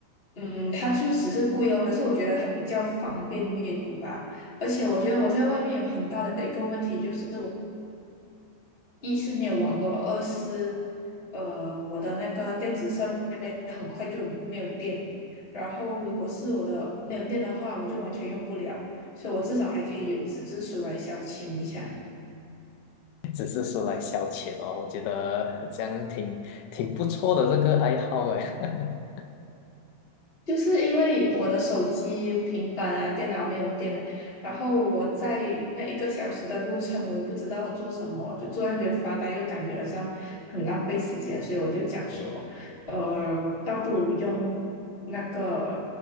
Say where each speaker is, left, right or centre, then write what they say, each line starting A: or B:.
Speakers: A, on the left; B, on the left.
A: 嗯，它就只是贵哦。可是我觉得它比较方便阅读吧，而且我觉得我在外面有很大的一个问题就是。一是没有网络，二是呃我的那个电子设备很快就没有电，然后如果是我的没有电的话，我就完全用不了，所以我至少还可以有纸质书来消遣一下。
B: 只是说来消遣哦，我觉得这样挺挺不错的这个爱好哎。<laughs>
A: 就是因为我的手机、平板啊、电脑没有电然后我在那一个小时的路程，我也不知道要做什么，就坐在那边发呆，又感觉好像很浪费时间，所以我就讲说，呃，倒不如用那个